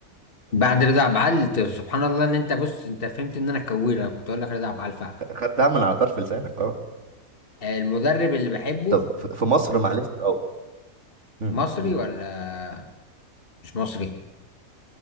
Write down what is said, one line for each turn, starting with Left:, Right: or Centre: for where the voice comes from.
Left: بعد رضا عبعال انت سبحان الله ان انت بص انت فهمت ان انا كوير انا كنت اقول لك رضا عبعال فعلا
Right: خ- خدتها من على طرف لسانك اه
Left: آه، المدرب اللي بحبه
Right: طب ف- في مصر معلش اه أمم،
Left: مصري
Right: أمم.
Left: ولا مش مصري